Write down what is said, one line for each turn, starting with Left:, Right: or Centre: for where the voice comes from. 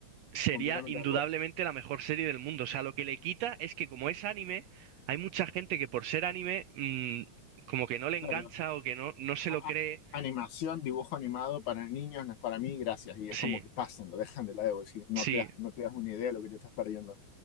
Right: sería
Left: completamente
Right: indudablemente
Left: de acuerdo.
Right: la mejor serie del mundo. O sea, lo que le quita es que como es anime, hay mucha gente que por ser anime, mm, como que no le engancha
Left: Claro,
Right: o que no, no se
Left: a-
Right: lo cree.
Left: a- animación, dibujo animado para niños no es para mí, gracias. Y
Right: Sí.
Left: es como que pasan, lo dejan de lado. y no
Right: Sí,
Left: te das, no te das una idea de lo que te estás perdiendo.